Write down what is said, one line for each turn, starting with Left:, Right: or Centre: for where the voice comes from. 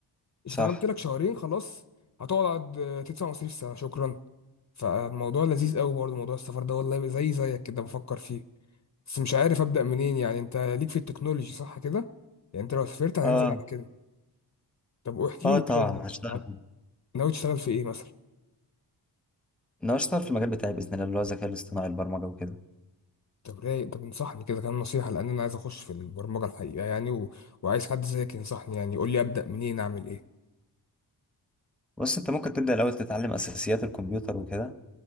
Left: اشتغلت
Centre: صح
Left: لك شهرين خلاص هتقعد اه، تدفع مصاريف السنة شكرا فالموضوع لذيذ قوي برضه موضوع السفر ده والله زي زيك كده بفكر فيه بس مش عارف ابدا منين يعني انت ليك في التكنولوجي صح كده يعني انت لو سافرت هتنزل
Centre: اه
Left: على كده طب واحكي
Centre: اه
Left: لي
Centre: طبعا
Left: كده
Centre: هشتغل
Left: عن ناوي تشتغل في ايه مثلا
Centre: انا هشتغل في المجال بتاعي باذن الله اللي هو الذكاء الاصطناعي البرمجه وكده
Left: طب رايق طب انصحني كده كام نصيحه لان انا عايز اخش في البرمجه الحقيقه يعني و... وعايز حد زيك ينصحني يعني يقول لي ابدا منين اعمل ايه
Centre: بص انت ممكن تبدا الاول تتعلم اساسيات الكمبيوتر وكده